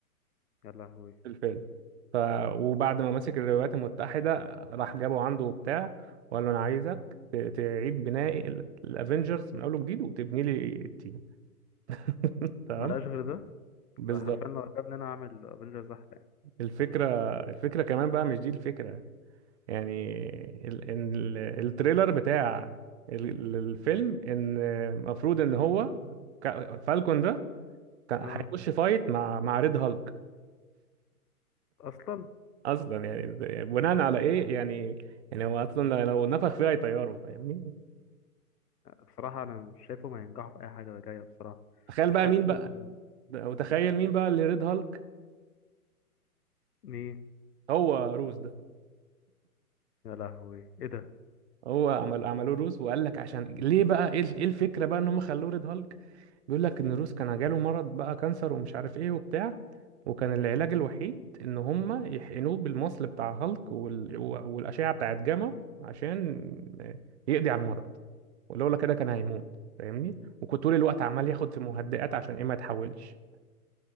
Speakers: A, on the left; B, on the right.
A: يا لهوي
B: في الفيلم ف وبعد ما مسك الولايات المتحدة راح جابه عنده وبتاع وقال له انا عايزك ت- تعيد بناء ال- الافينجرز من اول وجديد وتبني لي التيم <laughs> تمام
A: ما لقاش غير ده
B: بالظبط
A: لا حرفيا لو عجبني انا اعمل افنجرز احلى يعني
B: الفكرة الفكرة كمان بقى مش دي الفكرة يعني ال... إن ال... التريلر بتاع ال... الفيلم ان المفروض ان هو ك- فالكون ده كان
A: اه
B: هيخش فايت مع مع ريد هالك
A: اصلا
B: اصلا يعني ده- بناء على ايه يعني يعني هو اصلا لو نفخ فيها هيطيره فاهمني
A: بصراحه انا مش شايفه ما ينجحوا في اي حاجه جايه بصراحه
B: تخيل
A: مش
B: بقى
A: حاسس
B: مين
A: انهم
B: بقى وتخيل مين بقى اللي ريد هالك
A: ايه
B: هو روس ده
A: يا لهوي ايه ده
B: هو عمل عملوه روس وقال لك عشان ليه بقى ايه إيه الفكرة بقى ان هم خلوه ريد هالك بيقول لك ان روس كان جاله مرض بقى كانسر ومش عارف ايه وبتاع وكان العلاج الوحيد ان هم يحقنوه بالمصل بتاع هالك وال... والاشعه بتاعت جاما عشان يقضي على المرض ولولا كده كان هيموت فاهمني وكنت طول الوقت عمال ياخد في مهدئات عشان ايه ما يتحولش